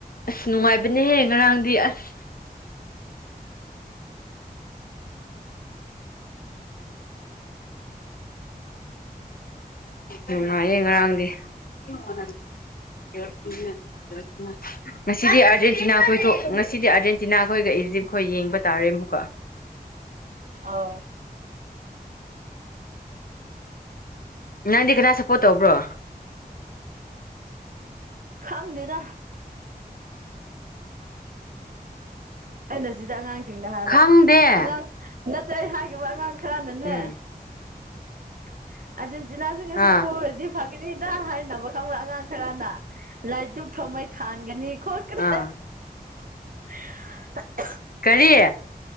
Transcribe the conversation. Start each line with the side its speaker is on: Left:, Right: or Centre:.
Left: ꯑꯁ ꯅꯨꯡꯉꯥꯏꯕꯅꯦꯍꯦ ꯉꯔꯥꯡꯗꯤ ꯑꯁ
Right: <unintelligible>
Left: ꯅꯨꯉꯥꯏꯌꯦ ꯉꯔꯥꯡꯗꯤ <unintelligible> ꯉꯁꯤꯗꯤ ꯑꯥꯔꯖꯦꯟꯇꯤꯅꯥ ꯈꯣꯏ ꯊꯣꯛ ꯉꯁꯤꯗꯤ ꯑꯥꯔꯖꯦꯟꯇꯤꯅꯥ ꯈꯣꯏꯒ ꯏꯖꯤꯞꯈꯣꯏ ꯌꯦꯡꯕ ꯇꯥꯔꯦ ꯑꯃꯨꯛꯀ
Right: ꯑꯧ
Left: ꯅꯪꯗꯤ ꯀꯅꯥ ꯁꯞꯄꯣꯔꯠ ꯇꯧꯕ꯭ꯔꯣ
Right: ꯈꯪꯗꯦꯗ ꯑꯩꯅ ꯁꯤꯗ ꯑꯉꯥꯡꯁꯤꯡꯗ ꯍꯥꯏꯕ
Left: ꯈꯪꯗꯦ
Right: ꯑꯉꯥꯡ ꯅꯠꯇ꯭ꯔ ꯍꯥꯏꯈꯤꯕ ꯑꯉꯥꯡ ꯈꯔꯅꯅꯦ
Left: ꯎꯝ
Right: ꯑꯥꯔꯖꯦꯟꯇꯤꯅꯥꯁꯤ ꯉꯁꯤ
Left: ꯑꯥ
Right: ꯄꯣꯔꯗꯤ ꯐꯒꯅꯤꯗ ꯍꯥꯏꯅꯕ ꯈꯪꯅ ꯑꯉꯥꯡ ꯈꯔꯅ ꯂꯥꯏ ꯗꯨꯛ ꯊꯧꯃꯩ ꯊꯥꯟꯒꯅꯤ ꯈꯣꯠꯀꯅꯤ
Left: ꯑꯥ
Right: <unintelligible>
Left: ꯀꯔꯤ